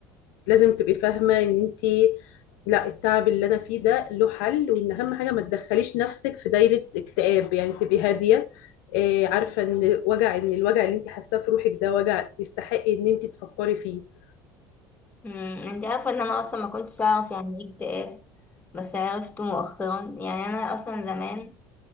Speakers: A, on the left; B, on the left.
A: لازم تبقي فاهمة ان انت لا التعب اللي انا فيه ده له حل وان اهم حاجة ما تدخليش نفسك في دايرة اكتئاب يعني تبقي هادية آه، عارفة ان وجع ان الوجع اللي انت حاساه في روحك ده وجع يستحق ان انت تفكري فيه
B: امم انت عارفه ان انا اصلا ما كنتش اعرف يعني ايه اكتئاب بس عرفته مؤخرا يعني انا اصلا زمان